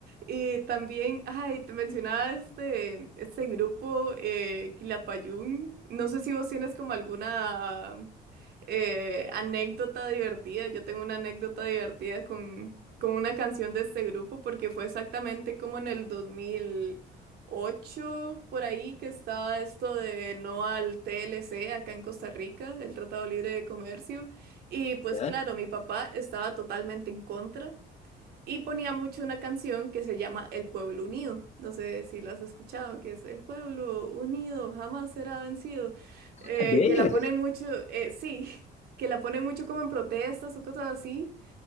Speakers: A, on the right (about 70°); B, on the left (about 40°).
A: Y también, ay, te mencionaba este, este grupo, eh, Quilapayún. No sé si vos tienes como alguna eh, anécdota divertida. Yo tengo una anécdota divertida con, con una canción de este grupo porque fue exactamente como en el 2008, por ahí, que estaba esto de no al TLC acá en Costa Rica, el Tratado Libre de Comercio. Y pues
B: ¿Ya?
A: claro, mi papá estaba totalmente en contra. Y ponía mucho una canción que se llama El Pueblo Unido. No sé si la has escuchado, que es El Pueblo Unido jamás será vencido. Eh,
B: Ah, De
A: que
B: ellos,
A: la ponen mucho, eh, sí, <laughs> que la ponen mucho como en protestas o cosas así.